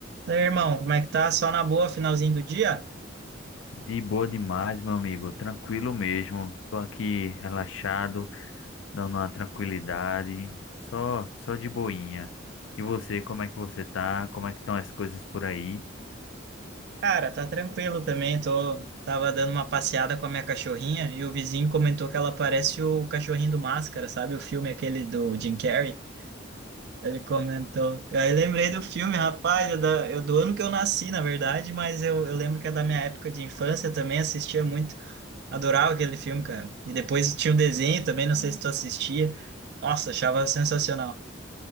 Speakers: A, on the right; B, on the left.
A: Daí, irmão, como é que tá? Só na boa, finalzinho do dia?
B: De boa demais, meu amigo. Tranquilo mesmo. Tô aqui relaxado, dando uma tranquilidade, só só de boinha. E você, como é que você tá? Como é que estão as coisas por aí?
A: Cara, tá tranquilo também. Tô, tava dando uma passeada com a minha cachorrinha e o vizinho comentou que ela parece o cachorrinho do Máscara, sabe? O filme aquele do Jim Carrey. Ele comentou. Aí lembrei do filme, rapaz, eu, da- eu do ano que eu nasci, na verdade, mas eu, eu lembro que é da minha época de infância também, assistia muito. Adorava aquele filme, cara. E depois tinha um desenho também, não sei se tu assistia. Nossa, achava sensacional.